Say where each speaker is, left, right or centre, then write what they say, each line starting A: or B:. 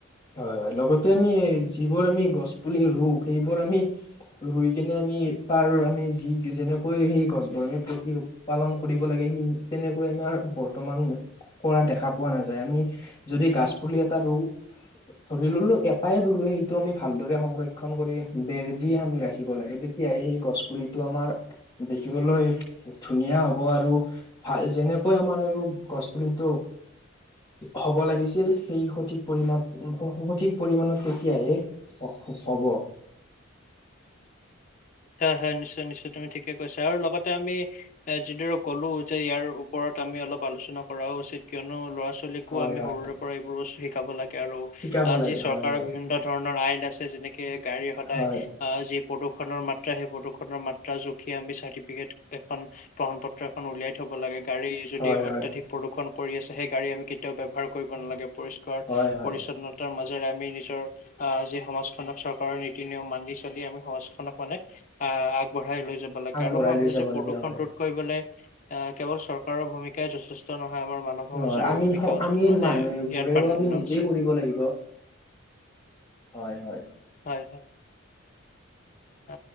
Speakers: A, on the left; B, on the left.
A: হয় হয় লগতে আমি যিবোৰ আমি গছ পুলি ৰুওঁ সেইবোৰ আমি ৰুই কিনে আমি আমি তাৰ আমি যি যেনেকৈ সেই গছ বি প্ৰতি পালন কৰিব লাগে সেই তেনেকৈ বৰ্তমান কৰা দেখা পোৱা নাযায় আমি যদি গছ পুলি এটা ৰুওঁ ধৰি ললো এটাই ৰুলো সেইটো আমি ভালদৰে সংৰক্ষন কৰি বেৰ দিয়ে আমি ৰাখিব লাগে তেতিয়া সেই গছ পুলিটো আমাৰ দেখিবলৈ ধুনীয়া হব আৰু ভাল যেনে আমাৰ আৰু গছ পুলিটো হ'ব লাগিছিল সেই সঠিক পৰিমাণ সঠিক পৰিমাণত তেতিয়াহে হব
B: হয় হয় হয় নিশ্চয় নিশ্চয় তুমি ঠিকে কৈছা আৰু লগতে আমি এ যিদৰে কলো যে ইয়াৰ ওপৰত আমি অলপ আলোচনা কৰাও উচিত কিয়নো ল'ৰা ল'ৰা ছোৱালী কো
A: হয়
B: আমি
A: হয়
B: সৰুৰে পৰা এইবোৰ বস্তু শিকাব লাগে আৰু
A: শিকাব লাগে
B: যি চৰকাৰৰ
A: হয় হয়
B: বিভিন্ন ধৰণৰ আইন যেনেকে গাড়ী সদায়
A: হয়
B: আহ যি প্ৰদূ্ষণৰ মাত্ৰা সেই প্ৰদূৰণৰ মাত্ৰা জখিয় আমি চাৰ্টিফিকেট এখনন পত্ৰ এখন উলিয়াই থব লাগে গাড়ী যদি
A: হয়
B: অত্যাধিক
A: হয়
B: প্ৰদূষণ কৰি আছে সেই গাড়ী আমি কেতিয়াও ব্যৱহাৰ কৰিব নালাগে পৰিষ্কাৰ
A: হয় হয়
B: পৰিচ্ছন্নতাৰ মাজেৰে আমি নিজৰ অ যি সমাজখনক চৰকাৰৰ নীতি নিয়ম মানি চলি আমি সমাজখনক মানে আহ আগবঢ়াই লৈ যাব লাগে
A: আগবঢ়াই
B: আৰু মই
A: লৈ
B: ভাবিছো
A: যাব
B: প্ৰদূষণ
A: লাগে হয়
B: ৰোধ কৰিবলৈ আহ কেৱল চৰকাৰৰ ভূমিকাই যথেষ্ট নহয় আমাৰ মানৱ সমাজৰ
A: নহয় আমি
B: ভূমিকাও
A: আমি
B: মানে
A: মানুহবোৰেও
B: ইয়াত প্ৰাধান্য
A: আমি নিজেই
B: আছে
A: কৰিব লাগিব হয় হয়
B: হয় হয় অ